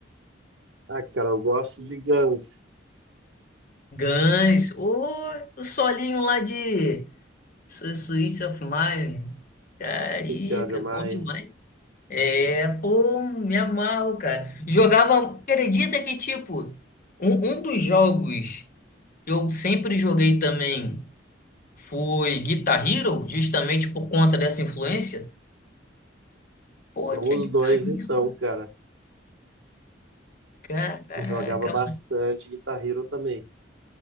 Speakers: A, on the right; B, on the left.
A: Ah, cara, eu gosto de Guns.
B: Guns, ou o solinho lá de Su- Suicide of Mine. Carica,
A: De Child of Mine.
B: bom demais. É, pô, me amarro, cara. Jogava, acredita que, tipo, um, um dos jogos que eu sempre joguei também foi Guitar Hero, justamente por conta dessa influência. Pô,
A: Somos
B: tinha Guitar
A: dois,
B: Hero,
A: então, cara.
B: caraca,
A: Eu jogava bastante Guitar Hero também.